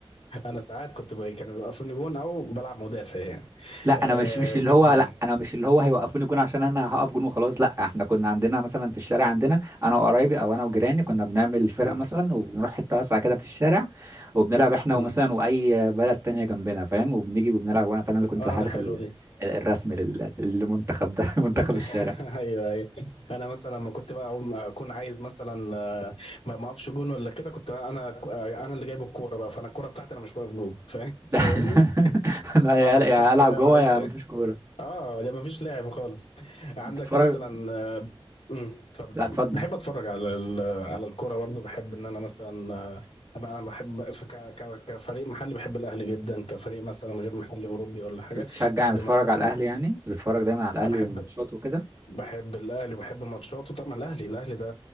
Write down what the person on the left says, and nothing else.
انا ساعات كنت ب- كانوا بيوقفوني جون او بلعب مدافع يعني
آه
كانت
جميل
أمم،
أمم.
اه
ده حلو
دي
<laughs>
ايوه ايوه انا مثلا لما كنت بقى اول ما اكون عايز مثلا آه، ما ما اقفش جون ولا كده كنت انا آه، انا اللي جايب الكوره بقى فانا الكوره بتاعتي انا مش واقف جون فاهم
فاهمني <laughs>
خلاص
بتاعتي
بقى
معلش
اه ده ما فيش لعب خالص عندك
مثلا آه، امم اتفضل
بحب اتفرج على ال- على الكوره برضه بحب ان انا مثلا آه، انا أنا بحب ف- ك- ك- كفريق محلي بحب الاهلي جدا كفريق مثلا غير محلي اوروبي ولا
حاجه بحب
مثلا
بحب
بحب الاهلي وبحب ماتشاته طبعا الاهلي الاهلي ده